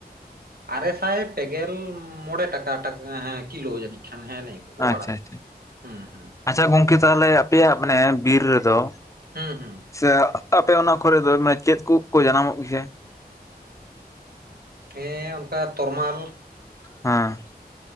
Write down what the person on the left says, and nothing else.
ᱟᱪᱪᱷᱟ
ᱟᱪᱪᱷᱟ,
ᱟᱪᱷᱟ ᱜᱚᱝᱠᱮ ᱛᱟᱦᱚᱞᱮ ᱟᱯᱮᱭᱟᱜ ᱢᱟᱱᱮ ᱵᱤᱨ ᱨᱮᱫᱚ,
ᱥᱮ ᱟᱯᱮ ᱚᱱᱟ ᱠᱚᱨᱮ ᱫᱚ ᱢᱮ ᱪᱮᱫ ᱠᱚ ᱩᱫ ᱠᱚ ᱡᱟᱱᱟᱢᱚᱜ ᱜᱮᱭᱟ?
ᱦᱮᱸ᱾